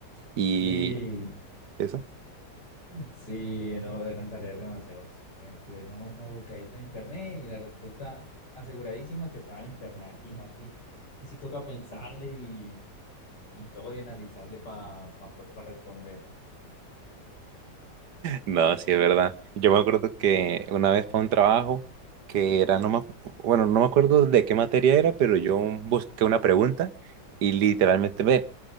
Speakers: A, on the right; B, on the left.
A: y
B: Y
A: eso.
B: sí, no, eran tareas demasiado simples. Nomás uno buscáis en internet y la respuesta aseguradísima que estaba en internet aquí, ¿no? Así que sí toca pensarle y y todo y analizarle para pa, pa- pa responder.
A: No, sí es verdad. Yo me acuerdo que una vez para un trabajo que era, no me, acu- bueno, no me acuerdo de qué materia era, pero yo busqué una pregunta y literalmente ve,